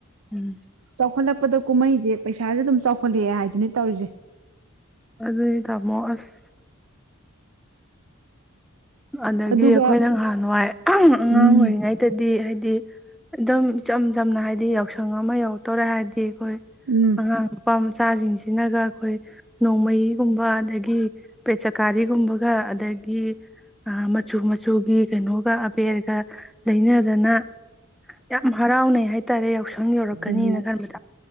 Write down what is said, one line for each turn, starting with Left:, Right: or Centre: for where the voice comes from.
Centre: <unintelligible> <inaudible>
Right: ꯆꯥꯎꯈꯠꯂꯛꯄꯗ ꯀꯨꯝꯍꯩꯁꯦ ꯄꯩꯁꯥꯁꯦ ꯑꯗꯨꯝ ꯆꯥꯎꯈꯠꯂꯛꯑꯦ ꯍꯥꯏꯗꯨꯅꯦ ꯇꯧꯔꯤꯁꯦ
Centre: ꯑꯗꯨꯗꯤ ꯇꯥꯃꯣ ꯑꯁ ꯑꯗꯒꯤ
Right: ꯑꯗꯨꯒ
Centre: ꯑꯩꯈꯣꯏꯅ ꯅꯍꯥꯟꯋꯥꯏ ꯑꯉꯥꯡ
Right: ꯎꯝ
Centre: ꯑꯣꯏꯔꯤꯉꯩꯗꯗꯤ ꯍꯥꯏꯗꯤ ꯍꯥꯏꯗꯤ ꯑꯗꯨꯝ ꯏꯆꯝ ꯆꯝꯅ ꯍꯥꯏꯗꯤ ꯌꯥꯎꯁꯪ ꯑꯃ ꯌꯧꯔꯛꯇꯣꯔꯦ ꯍꯥꯏꯔꯗꯤ ꯍꯣꯏ
Right: ꯎꯝ
Centre: ꯑꯉꯥꯡ ꯅꯨꯄꯥ ꯃꯆꯥꯁꯤꯡꯁꯤꯅꯒ ꯑꯩꯈꯣꯏ ꯅꯣꯡꯃꯩꯒꯨꯝꯕ ꯑꯗꯒꯤ ꯄꯦꯠꯆꯀꯥꯔꯤꯒꯨꯝꯕꯒ ꯑꯗꯒꯤ ꯑꯥ ꯃꯆꯨ ꯃꯆꯨꯒꯤ ꯀꯩꯅꯣꯒ ꯑꯕꯦꯔꯒ ꯂꯩꯅꯗꯅ ꯌꯥꯝ ꯍꯔꯥꯎꯅꯩ ꯍꯥꯏ ꯇꯔꯦꯠ ꯪ ꯌꯧꯔꯛꯀꯅꯤꯅ
Right: ꯍꯣꯏ
Centre: ꯈꯟꯕꯗ